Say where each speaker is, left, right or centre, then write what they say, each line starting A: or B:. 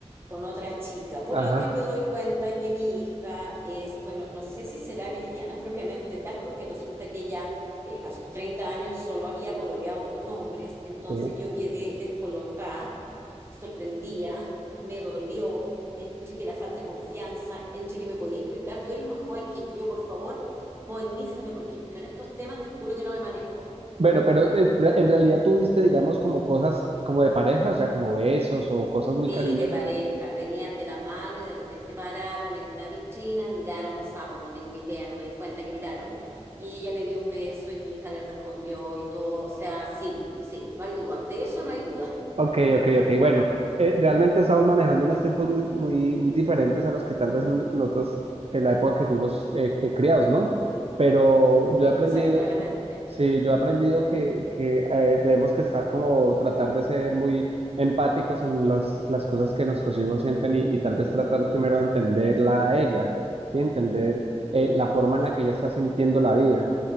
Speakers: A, on the right; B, on the right.
A: con otra chica, por
B: Ajá,
A: lo que me doy cuenta que mi hija es, bueno, no sé si será lesbiana propiamente tal, porque resulta que ella eh, a sus 30 años solo había pololeado con hombres, entonces
B: sí.
A: yo quedé descolocada, sorprendida, me dolió, entre que la falta de confianza, entre que me podía explicar, tú eres más joven que yo, por favor, modernízame, porque yo en estos temas te juro que no me manejo.
B: Bueno, pero en tra- en realidad tuviste, digamos, como cosas como de pareja, o sea, como besos o cosas muy
A: Sí,
B: cariñosas.
A: de pareja, venían de la mano y de repente pararon en una vitrina, miraron sapos, no tengo idea, no me di cuenta que miraron, y ella le dio un beso y mi hija le respondió y todo, o sea, sí, sí, no hay duda, de eso no hay duda,
B: Ok, ok, ok. Bueno, eh, realmente estamos manejando unos tiempos muy, muy, muy diferentes a los que tal vez en nosotros, en la época que fuimos eh, eh, criados, ¿no? Pero
A: <laughs> sí,
B: yo he aprendido,
A: o sea, claramente,
B: Sí, yo he aprendido que, que eh, debemos que estar como tratar de ser muy empáticos en los, las cosas que nuestros hijos sienten y, y tal vez tratar primero de entenderla a ella, ¿sí? Entender eh, la forma en
A: Es,
B: la que ella está sintiendo la vida.